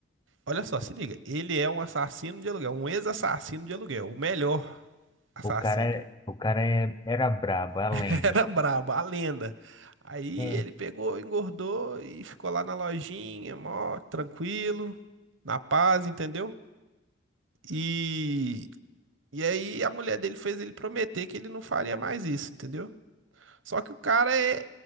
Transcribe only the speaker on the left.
O cara, é- o cara é- era brabo, é a
lenda.
É.